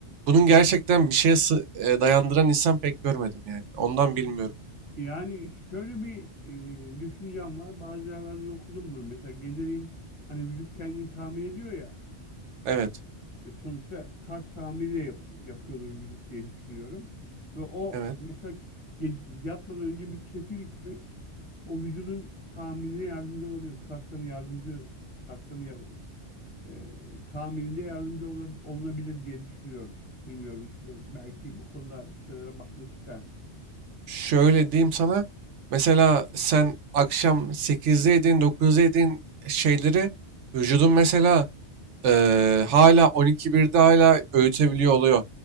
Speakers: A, on the right; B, on the left.
A: bunun gerçekten bir şeye sı- eee, dayandıran insan pek görmedim yani. Ondan bilmiyorum.
B: Yani şöyle bir e, düşüncem var. Bazı yerlerde de okudum bunu. Mesela geceleyin hani vücut kendini tamir ediyor ya.
A: Evet,
B: E sonuçta kas tamiri de yap- yapıyordur vücut diye düşünüyorum. Ve o
A: evet.
B: mesela ge- yatmadan önce bir kefir içmek o vücudun tamirine yardımcı olabilir. Kasların yardımcı kasların ya- e, tamirinde yardımcı ola- olunabilir diye düşünüyorum. Bilmiyorum istiyorum. Belki bu konuda bir şeylere bakmak istersin.
A: Şöyle diyeyim sana. Mesela sen akşam sekizde yediğin, dokuzda yediğin şeyleri vücudun mesela eee, hala on iki birde hala öğütebiliyor oluyor.